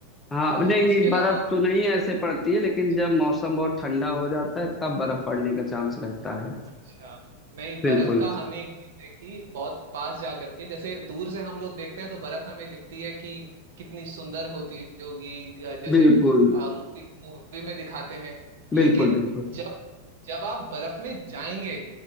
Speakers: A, on the left; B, on the right.
A: हाँ
B: अ,
A: नहीं
B: इसके
A: नहीं
B: अलावा
A: बर्फ तो नहीं ऐसे पड़ती है लेकिन
B: अच्छा
A: जब मौसम बहुत ठंडा हो जाता है तब बर्फ पड़ने का चांस रहता है
B: अच्छा नहीं
A: बिल्कुल
B: बर्फ का हमने एक चीज देखी बहुत पास जा करके जैसे दूर से हम लोग देखते हैं तो बर्फ हमें लिखती है कि कितनी सुंदर होती होगी क- जैसे
A: बिल्कुल
B: मूवी मूवी में दिखाते हैं
A: बिल्कुल
B: लेकिन
A: बिल्कुल
B: जब जब आप बर्फ में जाएंगे